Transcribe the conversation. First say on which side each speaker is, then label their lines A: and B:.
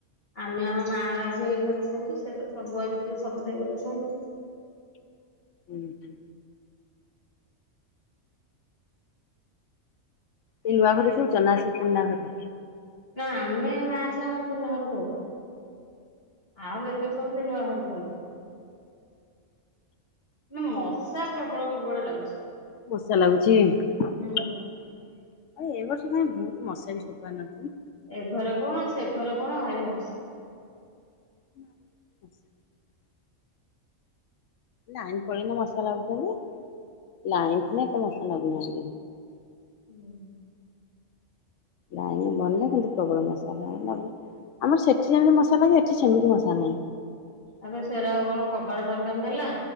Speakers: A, on the left; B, on the left.
A: ଆମେ ଆମ ମା ଝିଅ ଏଇ ଘରେ ଶୋଉଛୁ। ସେତ ସବୁଆଡେ ଥିବ ସବୁ ସେଇ ଘରେ ଶୁଅନ୍ତି।
B: ଉଁ ହୁଁ। ଏଇ ନୂଆ ଘରେ ଶୋଉଛ ନା ସେ ପୁରୁଣା ଘରେ?
A: ନା ଆମେ ମାଆ ଝିଅ ଆମର ପୁରୁଣା ଘରେ ଶୋଉ। ଆଉ ଯେତକ ସବୁ ସେ ନୂଆ ଘରେ ଶୁଅନ୍ତି। ନା ମଶା ପ୍ରବଳ ସବୁବେଳେ ଲାଗୁଛି।
B: ମଶା ଲାଗୁଛି? ଆଉ
A: ହୁଁ
B: ଏ ବର୍ଷ କାଇଁ ବହୁତ ମଶା ବି ସପନ
A: ଏ ଘରେ କଣ ସେ ଘରେ କଣ ଭାରି ମଶା।
B: <inaudible> ଲାଇନ୍ ପଳେଇଲେ ମଶା ଲାଗୁଛନ୍ତି। ଲାଇନ୍ ଥିଲେ ଏତେ ମଶା ଲାଗୁନାହାନ୍ତି।
A: ହୁଁ।
B: ଲାଇନ୍ ଗନେ ଖାଲି ପ୍ରବଳ ମଶା ନହେନେ ନାହିଁ। ଆମର ସେଠି ଯେମିତି ମଶା ଲାଗେ, ଏଠି ସେମିତି ମଶା ନାହିଁ।
A: ତାପରେ ସେରା ଆଉ କଣ କବାଟ ଝରକା ମେଲା।